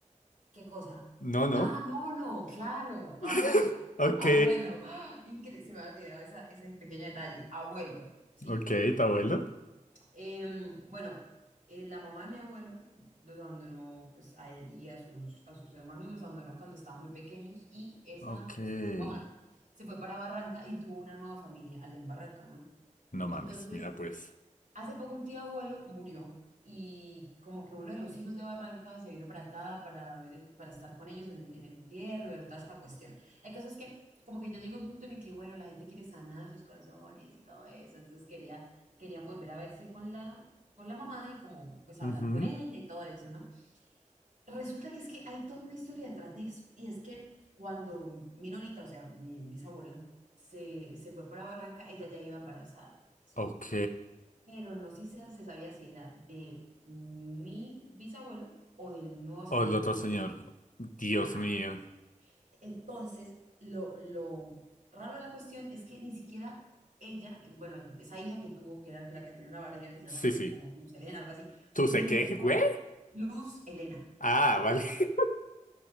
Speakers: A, on the right (about 80°); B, on the left (about 85°).
A: ¿Qué cosa?
B: No, no.
A: Ah, no, no, claro, abuelo,
B: <laughs> Ok.
A: abuelo. ¡Ah! Incre- se me había olvidado esa- ese pequeño detalle, abuelo, ¿sí?
B: Ok, ¿tu abuelo?
A: Bueno, Em, bueno, eh, la mamá de mi abuelo los abandonó, pues a él y a sus, a sus hermanos los abandonó cuando estaban muy pequeños y esa,
B: Ok.
A: pues su mamá se fue para Barranca y tuvo una nueva familia allá en Barranca, ¿no?
B: No
A: Entonces,
B: mames, mira pues.
A: Hace poco un tío abuelo murió y como que uno de los hijos de Barranca se vino para acá para ver, el- para estar con ellos en el, en el entierro y ver toda esa cuestión. El caso es que como que ya llegó un punto en el que, bueno, la gente quiere sanar sus corazones y todo eso, entonces quería, querían volver a verse con la, con la mamá y como pues hablar
B: Ujú.
A: con ella y todo eso, ¿no? Resulta que es que hay toda una historia detrás de eso y es que cuando mi nonita, o sea, mi bisabuela, se, se fue para Barranca, ella ya iba embarazada. ¿sí?
B: Ok.
A: pero no sé si se se sabía si era de mi bisabuelo o del nuevo señor
B: O el otro
A: con el...
B: señor. Dios
A: Ajá.
B: mío.
A: Entonces, lo, lo raro de la cuestión es que ni siquiera ella, el- bueno, esa hija que tuvo, que era la que tenía una barriga, que se
B: Sí,
A: llama creo
B: sí.
A: que como Luz Elena, algo así,
B: ¿Tú sé
A: ni
B: qué,
A: ella sabe,
B: güey?
A: Luz Elena.
B: Ah, vale. <laughs>